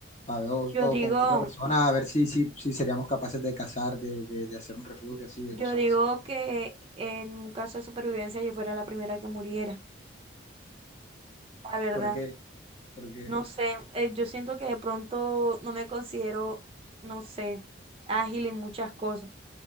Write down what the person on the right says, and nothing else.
Yo
digo,
yo
digo
que en un caso de supervivencia yo fuera la primera que muriera, la verdad.
No sé, eh, yo siento que de pronto no me considero, no sé, ágil en muchas cosas.